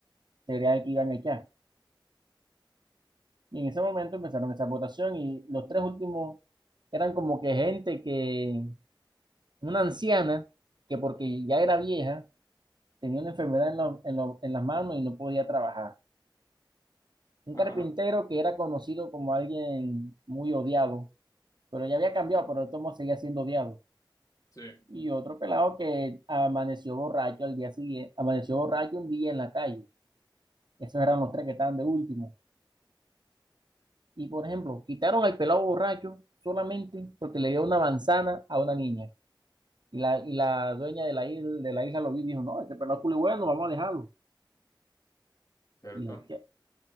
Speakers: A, on the right (about 60°); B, on the left (about 45°).
A: sería el que iban a echar. Y en ese momento empezaron esa votación y los tres últimos eran como que gente que, una anciana, que porque ya era vieja, tenía una enfermedad en, los- en los- en las manos y no podía trabajar. Un
B: Ajá,
A: carpintero que era conocido como alguien muy odiado, pero ya había cambiado, pero de todos modos seguía siendo odiado.
B: sí,
A: Y otro pelado que amaneció borracho al día siguiente, amaneció borracho un día en la calle. Esos eran los tres que estaban de último. Y por ejemplo, quitaron al pelado borracho solamente porque le dio una manzana a una niña. Y la, y la dueña de la isla, de la isla lo vi y dijo, no, este pelado es culo bueno, vamos a dejarlo.
B: cierto.
A: Y dije, "Che",